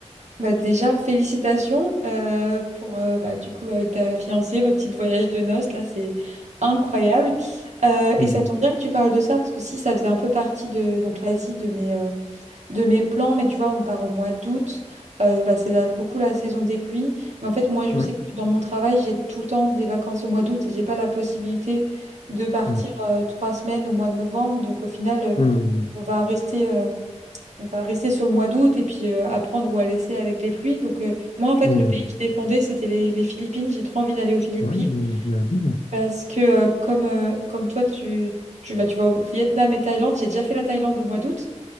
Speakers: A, on the right (about 75°); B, on the left (about 65°).
A: Bah déjà, félicitations euh, pour, euh, bah, du coup, avec ta fiancée, votre petit voyage de noces, là, c'est incroyable. Euh,
B: Hum,
A: et ça tombe bien que tu parles de ça, parce que si, ça faisait un peu partie de donc l'Asie, de mes, euh, de mes plans, mais tu vois, on part au mois d'août, euh, bah, c'est là, beaucoup la saison des pluies. Mais en fait, moi, je
B: hum,
A: sais que dans mon travail, j'ai tout le temps des vacances au mois d'août et j'ai pas la possibilité de partir
B: hum,
A: euh, trois semaines au mois de novembre. Donc, au final, euh,
B: hum,
A: on va rester. euh, on va rester sur le mois d'août et puis euh, à prendre ou à laisser avec les pluies. Donc, euh, moi, en fait,
B: hum.
A: le pays que je défendais, c'était les, les Philippines. J'ai trop envie d'aller aux Philippines
B: Ouais, hum, la vie.
A: parce que, euh, comme, euh, comme toi, tu, tu, bah, tu vas au Vietnam et Thaïlande. J'ai déjà fait la Thaïlande au mois d'août.